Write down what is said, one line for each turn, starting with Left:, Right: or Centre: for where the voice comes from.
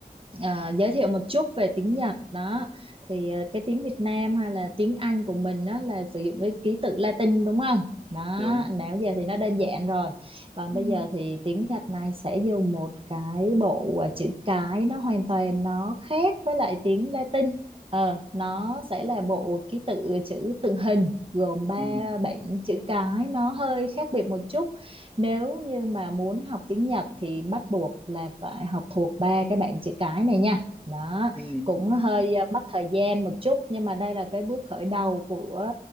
Right: à, giới thiệu một chút về tiếng Nhật đó thì à, cái tiếng Việt Nam hay là tiếng Anh của mình đó là sử dụng cái ký tự Latin đúng không? Đó,
Centre: Đúng.
Right: nãy giờ thì nó đơn giản rồi còn
Centre: ừ
Right: bây giờ thì tiếng Nhật này sẽ dùng một cái bộ à, chữ cái nó hoàn toàn nó khác với lại tiếng Latin ờ, nó sẽ là bộ ký tự chữ tượng hình gồm ba
Centre: Ừ.
Right: bảng chữ cái nó hơi khác biệt một chút nếu như mà muốn học tiếng Nhật thì bắt buộc là phải học thuộc ba cái bảng chữ cái này nha đó
Centre: Ừ.
Right: cũng hơi à, mất thời gian một chút nhưng mà đây là cái bước khởi đầu của